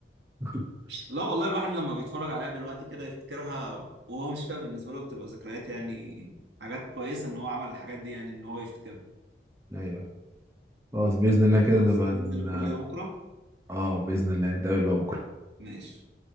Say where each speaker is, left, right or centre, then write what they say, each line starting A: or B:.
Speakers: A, on the right; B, on the right.
A: <laughs>
B: لا والله الواحد لما بيتفرج عليها دلوقتي كده يفتكرها وهو مش فاهم بالنسبه له بتبقى ذكريات يعني حاجات كويسه ان هو عمل الحاجات دي يعني ان هو يفتكرها
A: أيوه خلاص بإذن الله كده
B: خلاص
A: نبقى
B: ننزل
A: ن-
B: الكليه بكره
A: اه باذن الله نتقابل بقى بكره
B: ماشي